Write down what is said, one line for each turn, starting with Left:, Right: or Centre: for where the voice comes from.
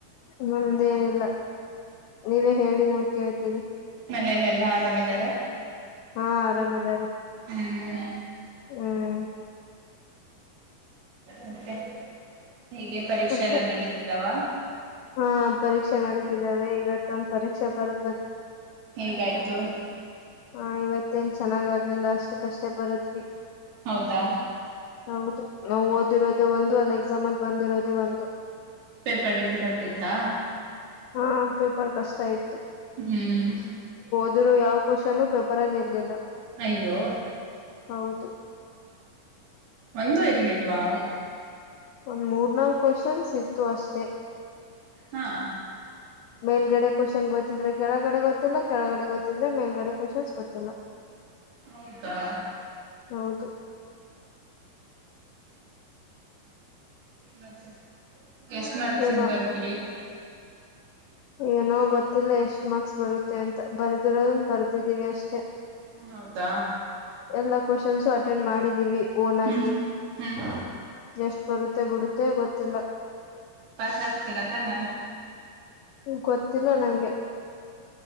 Left: ನಮಂದೇನಿಲ್ಲ ನೀವೇ ಹೇಳಿ ನಾವು ಕೇಳ್ತೀವಿ
Right: ಮನೇಲೆ ಎಲ್ಲಾ ಆರಾಮಿದಾರ
Left: ಹಾ ಆರಾಮೇದಾರೆ
Right: ಹ್ಮ್
Left: ಹ್ಮ್
Right: ಮತ್ತೆ ಹೀಗೆ ಪರೀಕ್ಷೆ
Left: ಮತ್ತೆ
Right: ಎಲ್ಲ ನಡೀತಿದಾವ
Left: ಹಾ ಪರೀಕ್ಷೆ ನಡೀತಿದ್ದಾವೆ ಇವತ್ತೊಂದ ಪರೀಕ್ಷೆ ಬರ್
Right: ಹೇಗಾಯ್ತು
Left: ಹ ಇವತ್ತೇನ್ ಚೆನ್ನಾಗ್ ಆಗ್ಲಿಲ್ಲ ಅಷ್ಟು ಕಷ್ಟೇ ಬರುದ್ವಿ
Right: ಹೌದಾ
Left: ಹೌದು ನಾ ಓದಿರೋದೆೇ ಒಂದು ಅಲ್ಲಿ ಎಕ್ಸಾಮ್ ಅಲ್ಲಿ ಬಂದಿರೋದೆೇ ಒಂದು
Right: ಪೇಪರ್ ಡಿಫಿಕಲ್ಟ್ ಇತ್ತಾ
Left: ಹಾ ಪೇಪರ್ ಕಷ್ಟ ಆಯ್ತ
Right: ಹ್ಮ್
Left: ಇದ ಯಾವ ಕ್ವಶನ್ ಪೇಪರ್ ಅಲ್ಲಿ ಇರ್ಲಿಲ್ಲ
Right: ಅಯ್ಯೋ
Left: ಹೌದು
Right: ಒಂದೂ ಇರ್ಲಿಲ್ವಾ
Left: ಒಂದ್ ಮೂರ್ನಾಾಲ್ಕ ಕ್ವಶನ್ಸ್ ಇತ್ತು ಅಷ್ಟೇ
Right: ಹಾ
Left: ಮೇಲ್ಗಡೆ ಕ್ವಶನ್ ಗೊತ್ತಿದ್ರೆ ಕೆಳಗಡೆ ಗೊತ್ತಿಲ್ಲ ಕೆಳಗಡೆ ಗೊತ್ತಿದ್ರೆ ಮೇಲ್ಗಡೆ ಕ್ವಶನ್ಸ್ ಗೊತ್ತಿಲ್ಲ
Right: ಹೌದಾ
Left: ಹೌದು
Right: ಮತ್ತೆ ಎಷ್ಟು ಮಾರ್ಕ್ಸಿಂದ್
Left: ಏನೋ
Right: ಬರ್ದ್ರಿ
Left: ಏನೋ ಗೊತ್ತಿಲ್ಲ ಎಷ್ಟ್ ಮಾರ್ಕ್ಸ್ ಬರುತ್ತೆ ಅಂತ ಬರ್ದಿರೋದನ್ ಬರ್ದಿದೀವಿ ಅಷ್ಟೇ.
Right: ಹೌದಾ
Left: ಎಲ್ಲಾ ಕ್ವಾಶೆನ್ಸು ಅಟೆಂಡ್ ಮಾಡಿದೀವಿ. ಓನಗಿ
Right: ಹ್ಮ್ ಹ್ಮ್
Left: ಎಷ್ಟ್ ಬರುತ್ತೆ ಬಿಡುತ್ತೆ ಗೊತ್ತಿಲ್ಲ.
Right: ಪಾಸ್ ಆಗ್ತಿರ ತಾನೆ.
Left: ಹ್ಮ ಗೊತ್ತಿಲ್ಲ ನಂಗೆ.